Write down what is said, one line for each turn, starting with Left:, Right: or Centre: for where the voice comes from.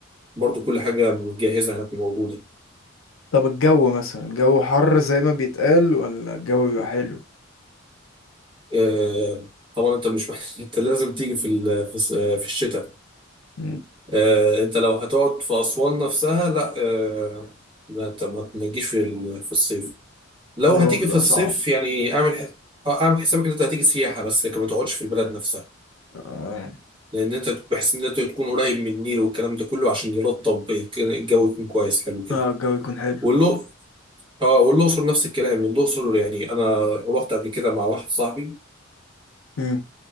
Right: برضو كل حاجة متجهزة هناك موجودة
Left: طب الجو مثلا الجو حر زي ما بيتقال ولا الجو بيبقى حلو
Right: آه، طبعا انت مش محتاج <laughs> انت لازم تيجي في ال- في الس- آه، في الشتاء
Left: مم.
Right: آه، انت لو هتقعد في أسوان نفسها لا آه، ما انت ما ما تجيش في ال- في الصيف لو
Left: الجو
Right: هتيجي
Left: بيبقى
Right: في الصيف
Left: صعب
Right: يعني اعمل ح- آه، اعمل حسابك ان انت هتيجي سياحة بس لكن ما تقعدش في البلد نفسها
Left: آه.
Right: لان انت بحيث ان انت تكون قريب من النيل والكلام ده كله عشان يرطب يك- الجو يكون كويس حلو كده
Left: اه الجو يكون حلو
Right: واللو اه والاقصر نفس الكلام الاقصر يعني انا رحت قبل كده مع واحد صاحبي
Left: مم.